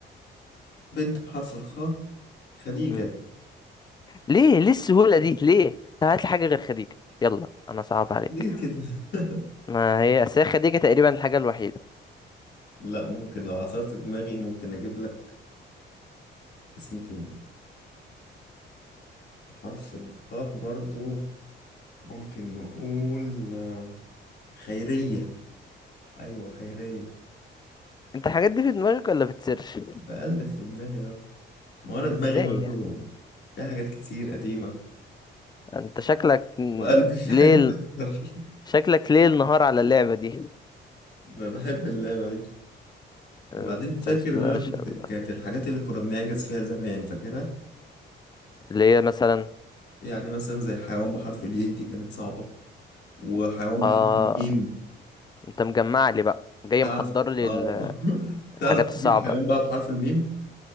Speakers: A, on the left; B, on the left.
A: بنت بحرف الخاء خديجة
B: مم. ليه ليه السهوله دي ليه طب هات لي حاجه غير خديجه يلا انا صعب عليك
A: ليه كده <laughs>
B: ما هي أصل هي خديجه تقريبا الحاجه الوحيده
A: لا ممكن لو عصرت دماغي ممكن اجيب لك اسم تاني حرف الخاء برضو ممكن نقول آه، خيرية ايوه خيرية
B: انت الحاجات دي في دماغك ولا بتسيرش
A: بقلب في دماغي برضو ما هو انا دماغي
B: ازاي
A: برضو
B: يعني
A: في حاجات كتير قديمة
B: انت شكلك م-
A: وقلبي <laughs> في
B: ليه
A: حاجات اكتر
B: شكلك ليل نهار على اللعبة دي
A: <laughs> أنا بحب اللعبة دي
B: انت
A: وبعدين فاكر
B: بسم
A: اللي
B: الله
A: انا
B: ما
A: كنت
B: شاء
A: كانت
B: الله
A: الحاجات اللي كنا بنعجز فيها زمان فاكرها
B: اللي هي مثلا
A: يعني مثلا زي حيوان بحرف اليه دي كانت صعبة وحيوان بحرف
B: اه
A: الميم
B: انت مجمع لي بقى جاي
A: تعرف
B: محضر لي
A: اه
B: ال-
A: <laughs> تعرف
B: الحاجات
A: تجيب
B: الصعبة
A: حيوان بقى بحرف الميم